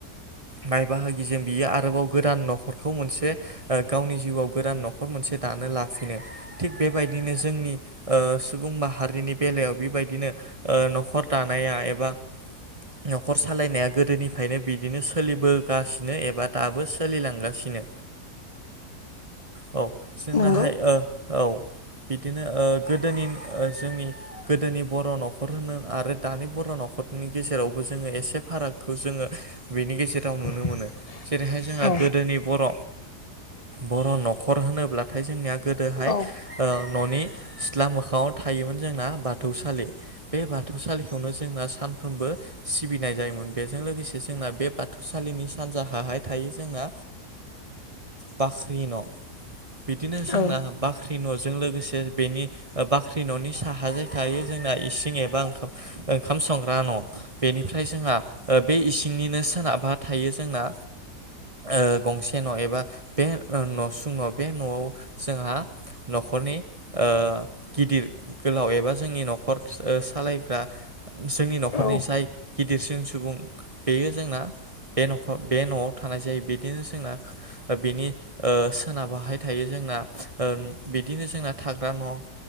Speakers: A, on the right; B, on the left.
A: बाय बाहागि जों बियो आरोबाव गोदान न'खरखौ मोनसे ओ गावनि जिउआव गोदान न'खर मोन मोनसे दानो लाफिनो थिग बेबायदिनो जोंनि ओ सुबुं माहारिनि बेलायाव बेबायदिनो ओ न'खर दानाया एबा न'खर सालायनाया गोदोनिफ्रायनो बिदिनो सोलिबोगासिनो एबा दाबो सोलिलांगासिनो। औ जोंनाहाय
B: नंगौ
A: ओ औ बिदिनो ओ गोदोनि जोंनि गोदोनि बर' न'खर न'खर होनो आरो दानि बर' न'खरनि गेजेरावबो जोङो एसे फारागखौ जोङो बेनि गेजेराव
B: <inaudible>
A: नुनो मोनो जेरैहाय जोंहा
B: औ
A: गोदोनि बर' बर' न'खर होनोब्लाथाय जोंनिया गोदोहाय
B: औ
A: ओ न'नि सिथ्ला मोखाङाव थायोमोन जोंना बाथौसालि बे बाथौसालिखौनो जोंना सानफ्रोमबो सिबिनाय जायोमोन बेजों लोगोसे जोंना बे बाथौसालि नि सानजाहा हाय थायो जोंना बाख्रि न'। बिदिनो जोंना
B: औ
A: बाख्रि बाख्रि न'जों लोगोसे बेनि बाख्रि न'नि साहाजाय थायो जोंना इसिं ए बा ओंखाम संग्रा न' बेनिफ्राय जोंहा बे इसिंनिनो सोनाबा थायो जोंना ओ गंसे न' एबा बे न'सुं न' बे न'आव जोंहा न'खरनि ओ गिदिर गोलाव एबा जोंनि न'खर सालायग्रा जोंनि न'खरनि
B: औ
A: जाय गिदिरसिन सुबुं बेयो जोंना बे न'खर बे न'आव थानाय जायो बिदिनो जोंना बिनि ओ सोनाबाहाय थायो जों जोंना ओ बिदिनो जोंना थाग्रा न'